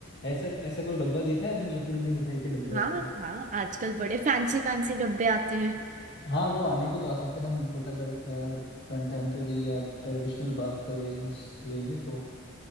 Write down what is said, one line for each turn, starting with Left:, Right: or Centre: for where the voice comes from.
Left: ऐसा ऐसा कोई डब्बा देखा है आपने लकड़ी की मिठाई के डब्बे
Right: हाँ
Left: आते हैं
Right: हाँ आजकल बड़े फैंसी फैंसी डब्बे आते हैं
Left: हाँ वो आने के तो आ सकते हैं हम बट अगर कंटेम्प्रेरी या ट्रेडिशनल बात करें उस वे में तो